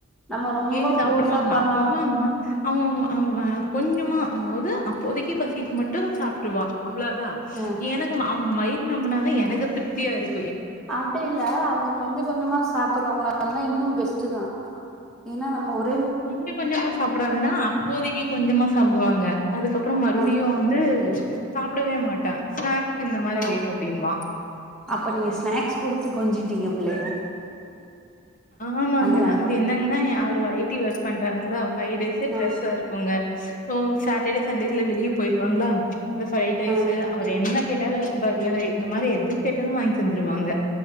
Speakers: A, in the centre; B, on the left (about 35°).
A: நம்ம ரொம்ப
B: கேட்டு சாப்புடுவாங்க
A: ஃபோர்ஸா பண்ணோன்
B: அப்பவ்மா அவ அவ அவ கொஞ்சமா அதாவ் து அப்போதைக்கு பசிக்கு மட்டு சாப்புடுவா அவ்வளோதா
A: அ
B: எனக்கு ம அம் ம் வயிர் நம்புனாதா எனக்கு திருப்தியா இருக்
A: அப்டி இல்ல அவங்க கொஞ்ச கொஞ்சமா சாப்புர்றவங்களா இந்தா இன்னும் பெஸ்டுதா ஏன்னா நம்ம ஒர்
B: கொஞ்ச கொஞ்சமா சாப்புடுறதுன்னா அப்போதைக்கு கொஞ்சமா சாப்புடுவாங்க அதுக்கப்புறோ மறுபடியு
A: அ
B: வந்து சாப் ப்படவே மாட்டா ஸ்நேக் இந்த மாரி
A: ஓ
B: வேணு அப்டிம்பா
A: அப்ப நீங்க ஸ்நாக்ஸ் குடுத்து கொஞ்சிட்டீங்க புள்ளைய
B: ஆமாங்க
A: அதனால
B: அது
A: தா
B: என்னங்கன்னா <unintelligible> ட்டு வாய் தி ஒர்க் பண்றாருங்களா ஃபைவ் டேஸ்ஸு டிரெஸ்ஸா
A: அ
B: இருக்குங்க ஓ சாட்டடே சண்டேஸ்ல வெளியப் போயிருவாங்களா இந்த ஃரைட் ரைஸ்ஸு
A: அ
B: அவரு என்ன கேட் எதாவது பர்கரு இந்த மாரி எது கேட்டாலு வாங்கி தந்துருவாங்க